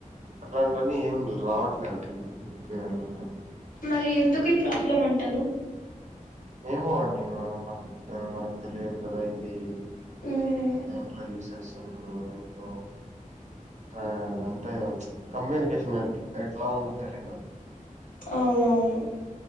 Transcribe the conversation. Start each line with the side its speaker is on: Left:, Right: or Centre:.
Right: అట్లాంటివన్నీ ఏం రావట్లేదండి మీకే అట్లా
Left: మరి ఎందుకు ఈ ప్రాబ్లం అంటారు
Right: ఏమో అండి మనం మన మనకు తెలియదు కదా ఇదీ
Left: మ్మ్,
Right: వంట్లో యూస్ చెస్ ఇంటిలో అంటే అంటే కమ్యూనికేషన్ ఎట్ ఎట్లా ఉన్నది తెలివదు
Left: అవునవును